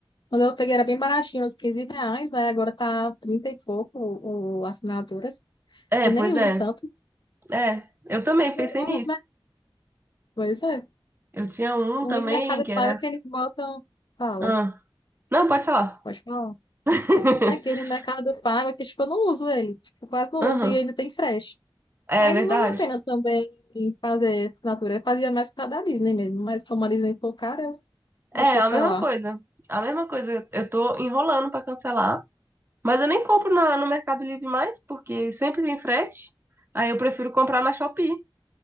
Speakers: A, on the left (about 60°); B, on the right (about 25°).
A: Quando eu peguei era bem baratinho, uns 15 reais, aí agora tá 30 e pouco o, o assinatura.
B: É,
A: E
B: pois
A: nem uso
B: é.
A: tanto,
B: É, eu também
A: porque
B: pensei
A: o ruim
B: nisso.
A: do mer- Pois é.
B: Eu tinha um
A: O
B: também
A: ruim do Mercado
B: que era.
A: Pago é que eles botam. Fala,
B: Ah. Não, pode falar.
A: pode falar.
B: <laughs>
A: Não é que o ruim do Mercado Pago é que, tipo, eu não uso ele. Tipo, quase não
B: Aham.
A: uso e ainda tem frete. Aí
B: É verdade.
A: não vale a pena também fazer assinatura. Eu fazia mais pra da Disney mesmo, mas como a Disney ficou cara, eu deixei
B: É, a
A: pra
B: mesma
A: lá.
B: coisa. A mesma coisa. Eu tô enrolando pra cancelar. Mas eu nem compro na- no Mercado Livre mais, porque sempre tem frete. Aí eu prefiro comprar na Shopee.